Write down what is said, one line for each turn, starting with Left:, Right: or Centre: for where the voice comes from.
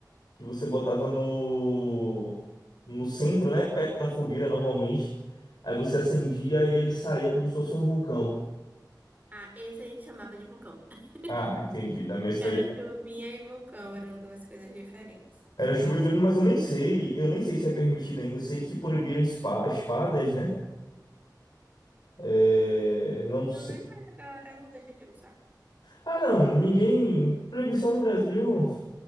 Left: que você botava no. No centro,
Right: No
Left: né?
Right: chão.
Left: Perto da fogueira, normalmente. Aí você acendia e ele saía como se fosse um vulcão.
Right: Ah, esse a gente chamava de vulcão. <laughs>
Left: Ah, entendi. Na minha cidade.
Right: Era chuvinha e vulcão, eram duas coisas diferentes.
Left: Era chuva de ouro, mas eu nem sei, eu nem sei se é permitido ainda. Eu sei que proibiram espa- espadas, né? É, não
Right: Então,
Left: sei.
Right: né, mas a galera não deixa de usar.
Left: Ah, não, ninguém. Proibição no Brasil